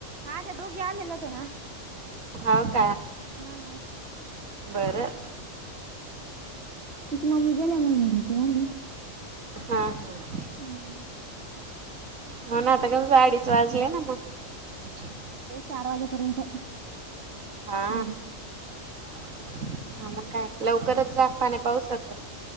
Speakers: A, on the right (about 50°); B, on the right (about 80°).
A: हा, ते दोघी आलेल होतेेना.
B: हो का?
A: हा हा,
B: बरं,
A: तिची मम्मी गेल्या मनुन ती आली.
B: हा हम,
A: हम्म,
B: मण आता काण आडीच वाजलेय ना मगऽ
A: जाऊ चार वाजेपर्यंत
B: हा
A: घरी.
B: हा, मग काय लवकरच जा पाने पाऊसातन..